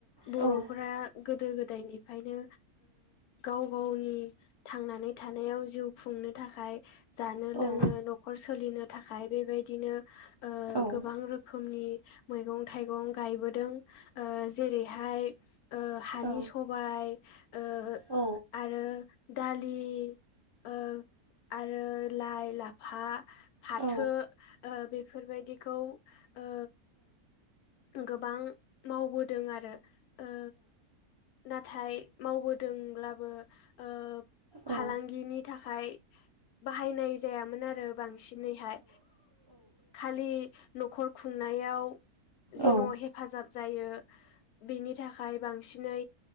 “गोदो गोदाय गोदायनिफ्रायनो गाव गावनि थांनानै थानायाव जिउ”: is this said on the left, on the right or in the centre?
Left